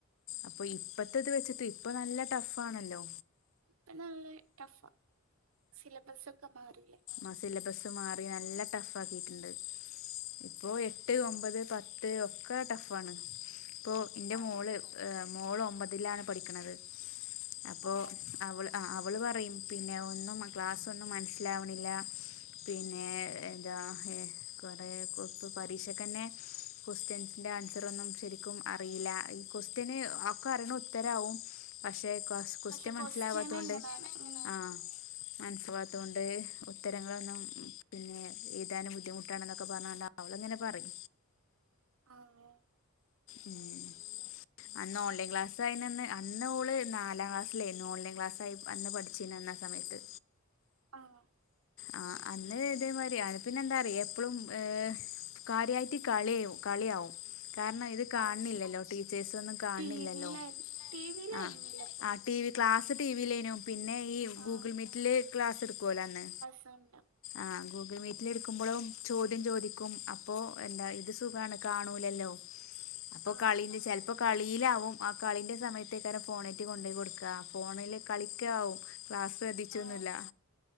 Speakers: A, on the left; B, on the right.
A: അപ്പൊ ഇപ്പത്തെ ഇത് വെച്ചിട്ട് ഇപ്പ നല്ല ടഫാണല്ലോ
B: ഇപ്പ നല്ലെ ടഫാ. സിലബസ്സൊക്കെ മാറീലേ
A: ആഹ് സിലബസ് മാറി. നല്ല ടഫ് ആക്കിട്ട്ണ്ട്. ഇപ്പോ എട്ട്, ഒമ്പത്, പത്ത് ഒക്കെ ടഫാണ്. ഇപ്പോ ഇൻ്റെ
B: അതെ
A: മോള് മോള് ഒമ്പതിലാണ് പഠിക്ക്ണത്. അപ്പോ
B: ആ
A: അവള് ആഹ് അവള് പറയും, പിന്നെ ഒന്നും ക്ലാസ് ഒന്നും മൻസ്സിലാവ്ണി ല്ല. പിന്നെ എന്താ എ കൊറേ കൊ പ്പൊ പരീക്ഷെക്കെന്നെ ക്വസ്റ്റ്യൻസിന്റെ ആൻസറൊന്നും ശരിക്കും അറിയില്ല. ഈ ക്വസ്റ്റ്യന് ഒക്കെ അറീണ ഉത്തരാവും. പക്ഷെ കസ് ക്വസ്റ്റ്യൻ
B: പക്ഷെ
A: മനസ്സിലാവാത്തോണ്ട്
B: എങ്ങനാണ് ഉം
A: ആഹ് മൻസ് വാത്തോണ്ട് ഉത്തരങ്ങളൊന്നും പിന്നെ എഴ്താന് ബുദ്ധിമുട്ടാണ് ന്നൊക്കെ പർഞ്ഞ്ങ്ങാണ്ട് അവള് ഇങ്ങനെ പറിം
B: ആണ്
A: ഉം അന്ന് ഓൺലൈൻ ക്ലാസ് അയിനന്ന് അന്ന് ഓള് നാലാം ക്ലാസ്സിലേയ്ന്നു. ഓൺലൈൻ ക്ലാസ്സായി അന്ന് പഠിച്ചിനന്നാ സമയത്ത്.
B: ആഹ്
A: ആഹ് അന്ന്കെ ഇതേമാരിയാ. പിന്നെ എന്താറിയ് എപ്പളും ഏഹ് കാര്യായ്ട്ട് കളിയും കളിയാവും. കാരണം ഇത് കാൺണില്ലല്ലോ.
B: അത് ശരി
A: ടീച്ചേസൊന്നും കാൺണില്ലല്ലോ.
B: ടി വിയിലായിരുന്നു ടി വിയിലായിരുന്നില്ല
A: ആഹ്
B: അപ്പൊ
A: ആഹ് T V class T V ലേനു. പിന്നെ ഈ
B: ആ
A: ഗൂഗിൾ മീറ്റില് ക്ലാസ് ഇട്ക്കോലോ അന്ന്.
B: സണ്ടാം
A: ആഹ് ഗു ഗിൾ മീറ്റിലിരിക്കുമ്പഴും ചോദ്യം ചോദിക്കും. അപ്പോ എന്താ ഇത് സുഖാണ് കാണൂലല്ലോ. അപ്പൊ
B: ആ
A: കളില് ചെൽപ്പം കളീലാവും. ആ കളിന്റെ സമയത്തേക്കാരം ഫോണേറ്റ് കൊണ്ടോയ് കൊട്ക്കാ ഫോണില് കളിക്കാവും ക്ലാസ് ശ്രദ്ധിച്ചൊന്നുല്ല.
B: ആ